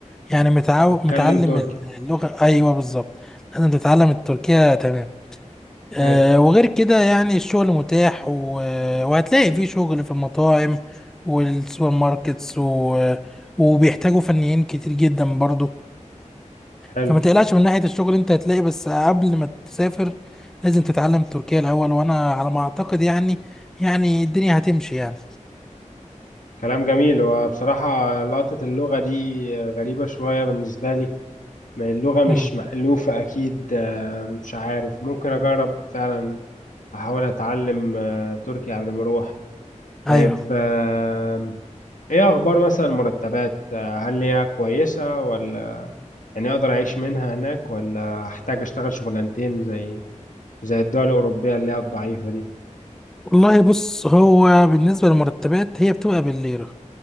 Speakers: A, in the centre; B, on the left.
A: يعني متعو...
B: اتكلم
A: متعلم
B: تركي
A: اللغة ايوه بالظبط لازم تتعلم التركية تمام آه
B: حلو
A: وغير كده يعني الشغل متاح و... وهتلاقي فيه شغل في المطاعم والسوبر ماركتس و... وبيحتاجوا فنيين كتير جدا برضو
B: حلو
A: فما تقلقش من ناحية الشغل انت هتلاقي بس قبل ما تسافر لازم تتعلم تركيا الأول وأنا على ما أعتقد يعني يعني الدنيا هتمشي يعني
B: كلام جميل وبصراحة لقطة اللغة دي غريبة شوية بالنسبة لي ما اللغة مش
A: امم
B: مألوفة أكيد آه، مش عارف ممكن أجرب فعلا أحاول أتعلم آه، تركي قبل ما أروح طيب
A: أيوه
B: آه، إيه أخبار مثلا المرتبات آه، هل هي كويسة ولا يعني اقدر اعيش منها هناك ولا احتاج اشتغل شغلانتين زي زي الدول الاوروبيه اللي هي الضعيفه دي
A: والله بص هو بالنسبة للمرتبات هي بتبقى بالليرة